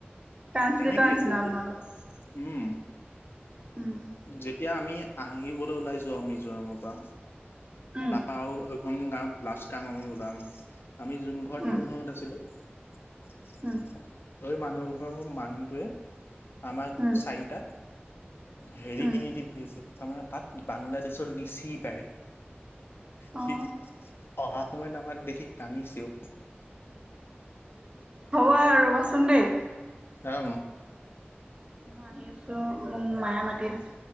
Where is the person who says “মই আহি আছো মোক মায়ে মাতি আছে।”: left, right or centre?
Right